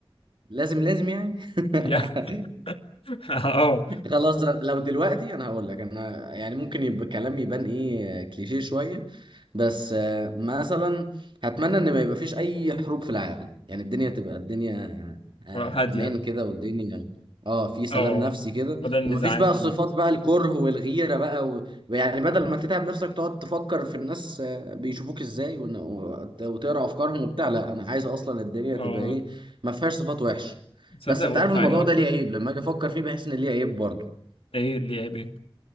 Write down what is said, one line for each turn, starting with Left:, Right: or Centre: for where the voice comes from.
Right: لازم لازم يعني <laughs>
Left: يا <laughs> اه
Right: خلاص لو دلوقتي انا هقول لك انا يعني ممكن يبقى كلام يبان ايه كليشيه شويه بس آه، مثلا هتمنى ان ما يبقى فيش اي حروب في العالم يعني الدنيا تبقى الدنيا آه،
Left: هاديه
Right: امان كده والدنيا اه في سلام
Left: اه
Right: نفسي كده
Left: بدل النزاعات
Right: ومفيش بقى الصفات
Left: اللي بتحصل.
Right: بقى الكره والغيره بقى و... ويعني بدل ما تتعب نفسك تقعد تفكر في الناس آه، بيشوفوك ازاي ون- وت- وتقرا افكارهم وبتاع لا انا عايز اصلا الدنيا
Left: اه
Right: تبقى ايه ما فيهاش صفات وحشه
Left: تصدق
Right: بس انت
Left: واقعيه
Right: عارف الموضوع
Left: اكتر
Right: ده ليه عيب لما اجي افكر فيه بحس ان ليه عيب برضه
Left: ايه اللي عيب ايه